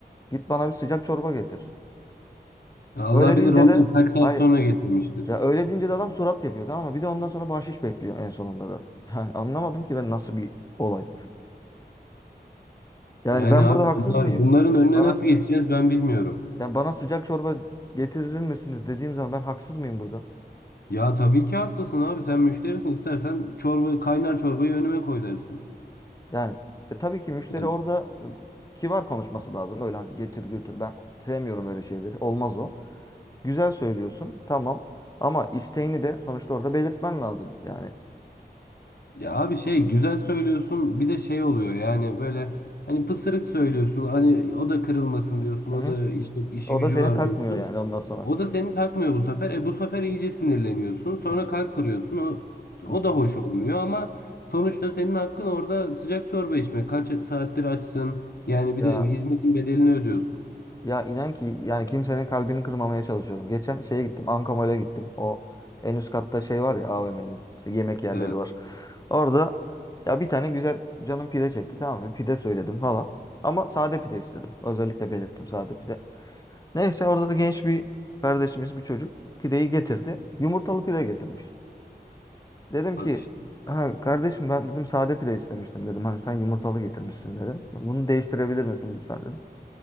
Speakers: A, on the left (about 20°); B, on the left (about 65°).
A: Git bana bir sıcak çorba getir.
B: Ya Allah
A: Öyle deyince
B: bilir onları
A: de
B: kaç saat
A: hayır.
B: sonra getirmiştir.
A: Ya öyle deyince de adam surat yapıyor tamam mı? Bir de ondan sonra bahşiş bekliyor en sonunda da. <laughs> Yani anlamadım ki ben nasıl bir olay. Yani
B: Yani
A: ben
B: abi
A: burada haksız
B: bunlar
A: mıyım?
B: bunların önüne
A: Bana
B: nasıl geçeceğiz ben bilmiyorum.
A: ya bana sıcak çorba getirir misiniz dediğim zaman ben haksız mıyım burada?
B: Ya tabii ki haklısın abi sen müşterisin istersen çorba kaynar çorbayı önüme koy dersin.
A: Yani e, tabii ki müşteri
B: Ya,
A: orada e, kibar konuşması lazım. Öyle hani getir götür ben sevmiyorum öyle şeyleri. Olmaz o. Güzel söylüyorsun tamam ama isteğini de sonuçta orada belirtmen lazım yani.
B: ya abi şey güzel söylüyorsun bir de şey oluyor yani böyle hani pısırık söylüyorsun hani o da kırılmasın diyorsun
A: Hı
B: o
A: hı.
B: da işte işi
A: O
B: gücü
A: da seni
B: var
A: takmıyor
B: diyorsun.
A: yani ondan sonra.
B: O da seni takmıyor bu sefer. E bu sefer iyice sinirleniyorsun sonra
A: Ya.
B: kalp kırıyorsun o,
A: Hı
B: o
A: hı.
B: da hoş olmuyor ama sonuçta senin hakkın orada sıcak çorba içmek kaç saattir açsın yani
A: Ya
B: bir de hizmetin bedelini ödüyorsun.
A: Ya inan ki yani kimsenin kalbini kırmamaya çalışıyorum. Geçen şeye gittim. Ankamol'e gittim. O en üst katta şey var ya AVM'nin işte yemek yerleri
B: Evet
A: var. Orada ya bir tane güzel canım pide çekti tamam mı? Pide söyledim falan. Ama sade pide istedim. Özellikle belirttim sade pide. Neyse orada da genç bir kardeşimiz bir çocuk pideyi getirdi. Yumurtalı pide getirmiş. Dedim ki
B: bak işte.
A: ha kardeşim ben dedim sade pide istemiştim dedim. Hani sen yumurtalı getirmişsin dedim. Bunu değiştirebilir misin lütfen dedim.